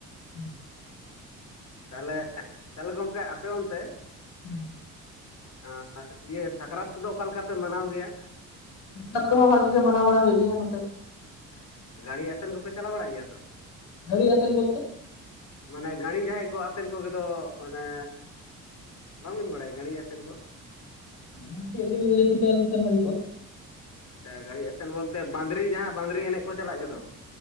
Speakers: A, on the left (about 70°); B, on the left (about 40°).
A: ᱦᱩᱸ᱾
B: ᱛᱟᱦᱚᱞᱮ, ᱛᱟᱦᱚᱞᱮ ᱜᱚᱝᱠᱮ ᱟᱯᱮ ᱚᱱᱛᱮ
A: ᱦᱩᱸ᱾
B: ᱟᱸ ᱟᱨ ᱤᱭᱟᱹ ᱥᱟᱠᱨᱟᱛ ᱠᱚᱫᱚ ᱚᱠᱟ ᱞᱮᱠᱟ ᱯᱮ ᱢᱟᱱᱟᱣ ᱜᱮᱭᱟ?
A: <unintelligible> ᱠᱚᱦᱚ ᱵᱷᱟᱜᱤ ᱜᱮ ᱢᱟᱱᱟᱣ ᱵᱟᱲᱟ ᱦᱩᱭᱩᱜ ᱜᱮᱭᱟ ᱱᱚᱛᱮ᱾
B: ᱮᱸ ᱜᱟᱹᱲᱤ ᱟᱥᱮᱱ ᱠᱚᱯᱮ ᱪᱟᱞᱟᱣ ᱵᱟᱲᱟᱜ ᱜᱮᱭᱟ ᱛᱚ᱾
A: ᱜᱟᱹᱲᱤ ᱟᱥᱮᱱ ᱵᱚᱞᱛᱮ?
B: ᱢᱟᱱᱮ ᱜᱟᱹᱲᱤ ᱡᱟᱦᱟᱸᱭ ᱠᱚ ᱟᱥᱮᱱ ᱠᱚᱜᱮ ᱫᱚ ᱚᱱᱮ ᱵᱟᱝ ᱵᱤᱱ ᱵᱟᱲᱟᱭ ᱜᱟᱹᱲᱤ ᱟᱥᱮᱱ ᱠᱚ?
A: ᱚᱸ ᱪᱮᱜ ᱵᱤᱱ ᱞᱟᱹᱭ ᱴᱷᱤᱠᱟ ᱟᱹᱞᱤᱧ ᱠᱷᱟᱱ ᱵᱷᱟᱹᱜᱮ ᱠᱚᱜᱼᱟ᱾
B: ᱮ ᱜᱟᱲᱤ ᱮᱥᱮᱱ ᱵᱚᱞᱛᱮ ᱵᱟᱸᱫᱽᱨᱤ ᱡᱟᱦᱟᱸ ᱵᱟᱸᱫᱽᱨᱤ ᱮᱱᱮᱡ ᱠᱚ ᱪᱟᱞᱟᱜ ᱜᱮ ᱫᱚ᱾